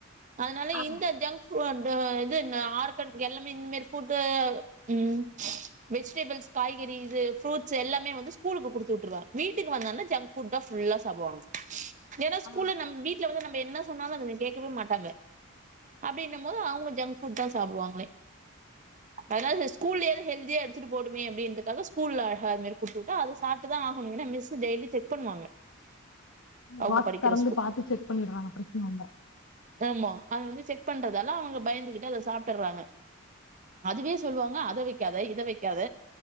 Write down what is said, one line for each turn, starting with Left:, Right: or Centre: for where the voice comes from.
Right: அதுனால
Left: ஆமா
Right: இந்த ஜங் உ அந்த இது ஆர்கன் எல்லாமே இந்த மாரி ஃபுட்டு ம் வெஜிடேபிள்ஸ் காய்கறி இது ஃப்ரூட்ஸ் எல்லாமே வந்து ஸ்கூலுக்கு குடுத்து விட்டுருவேன் வீ ட்டுக்கு வந்தானே ஜங்க்ஃபுட் தா ஃபுல்லா சாப்டுவானுங்க ஏன்னா ஸ்கூல்ல
Left: ஆ
Right: நம்ம வீட்டு வீட்ல வந்து நம்ப என்ன சொன்னாலும் அதுங்க கேக்கவே மாட்டாங்க அப்டின்னுமோது அவுங்க ஜங்க் ஃபுட் தா சாப்டுவாங்களே அதனால ஸ்கூல்லயாவது ஹெல்தியா எடுத்துட்டு போவட்டுமே அப்டின்றதுக்காக ஸ்கூல்ல அழகா அது மேரி குடுத்து உட்டு அத சாப்ட்டு தா ஆகணும் இல்லனா மிஸ் டெய்லி செக் பண்ணுவாங்க
Left: ஆமா
Right: அவங்க
Left: பாக்ஸ்
Right: படிக்கிற
Left: தெறந்து பாத்து செக் பண்ணிடறாங்க பிரச்சன‌ இல்ல
Right: ஆம அத வந்து செக் பண்றதால அவுங்க பயந்துகிட்டு அத சாப்பட்டறாங்க அதுவே சொல்லுவாங்க அத வக்காத இத வக்காத